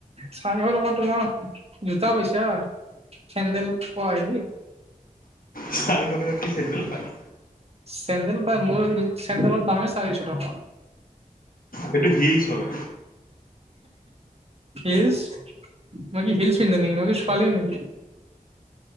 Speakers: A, on the right; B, on the left.
A: চাৰিশ টকা তোমাৰ জোতা পাইছা চেন্দেল পোৱা সেবো
B: চাৰিশ টকাত কি চেন্দেল পায়
A: চেন্দেল পাই মোৰ চেণ্ডেলৰ দামেই চাৰিশ টকা
B: এইটো হিলচ হয়
A: এহ এহ হিলছ মই কি হিলছ পিন্ধো নেকি মই কি ছোৱালী নেকি